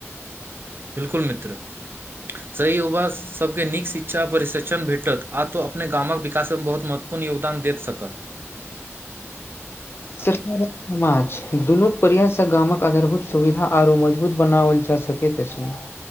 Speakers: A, on the right; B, on the left.
A: बिल्कुल मित्र, सही <unintelligible> सभके नीक शिक्षा प्रशिक्षण भेटत आ तऽ ओ अपने गामक विकासमे बहुत महत्वपूर्ण योगदान दे सकत।
B: <unintelligible> समाज दुनू प्रयाससँ गामक आधारभूत सुविधा आरो मजबूत बनाओल जा सकैत अछि।